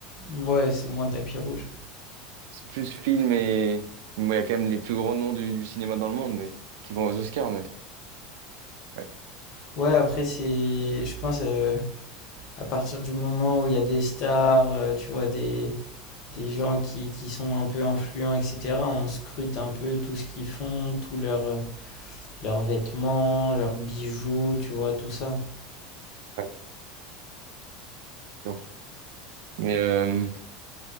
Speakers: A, on the left (about 55°); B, on the right (about 70°).
A: Ouais, c'est moins tapis rouge.
B: C'est plus film et. Bon, il y a quand même les plus grands noms du, du cinéma dans le monde, mais qui vont aux Oscars, mais. Ouais.
A: Ouais, après, c'est. Je pense euh, à partir du moment où il y a des stars, euh, tu vois, des, des gens qui, qui sont un peu influents, etc., on scrute un peu tout ce qu'ils font, tous leurs euh, leurs vêtements, leurs bijoux, tu vois, tout ça.
B: Ouais, bon. Mais. euh,